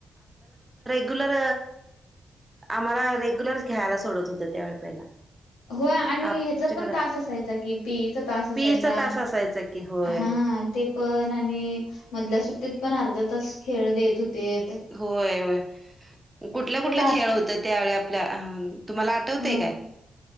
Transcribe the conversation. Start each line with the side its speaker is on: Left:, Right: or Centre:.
Right: रेगुलर आम्हाला रेग्युलर खेळायला सोडत होतं त्यावेळी पहिला
Left: हो आणि
Right: आमच्याकडं
Left: ह्याचा पण तास असायचा कि पी इ चा तास असायचा
Right: पीचा तास असायचा की होय
Left: हा ते पण आणि मधल्या सुट्टीत पण अर्धा तास खेळ देत होतीत.
Right: होय होय कुठल्या कुठलं
Left: आता
Right: खेळ होतत. त्यावेळी आपल्या हा तुम्हाला आठवतंय
Left: हो.
Right: काय?